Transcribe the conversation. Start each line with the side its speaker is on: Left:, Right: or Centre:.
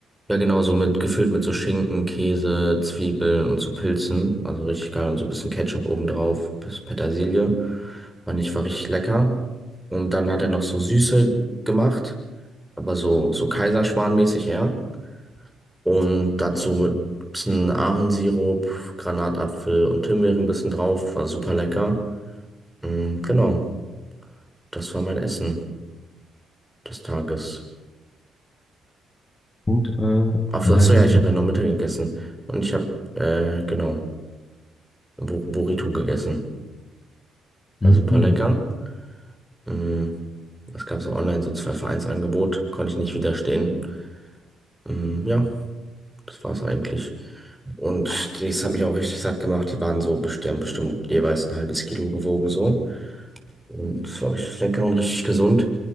Centre: Ja, genau, so mit gefüllt mit so Schinken, Käse, Zwiebeln und so Pilzen. Also richtig geil. Und so ein bisschen Ketchup obendrauf, bisschen Petersilie. Fand ich, war richtig lecker. Und dann hat er noch so Süße gemacht, aber so, so Kaiserschmarrnmäßig eher. Und dazu mit ein bisschen Ahornsirup, Granatapfel und Himbeeren ein bisschen drauf. War super lecker. Mm, genau, das war mein Essen des Tages.
Left: Und äh,
Centre: Ach, so,
Left: sehr
Centre: ach so,
Left: gut.
Centre: ja, ich habe ja noch Mittag gegessen. Und ich habe, äh, genau, ein Bur Burrito gegessen. War
Left: Mhm.
Centre: super lecker. Mm, es gab so online so zwei Vereinsangebot, konnte ich nicht widerstehen. Mm, ja, das war's eigentlich. Und das hat mich auch richtig satt gemacht. Die waren so, best- die haben bestimmt jeweils ein halbes Kilo gewogen so. Und es war richtig lecker und richtig gesund.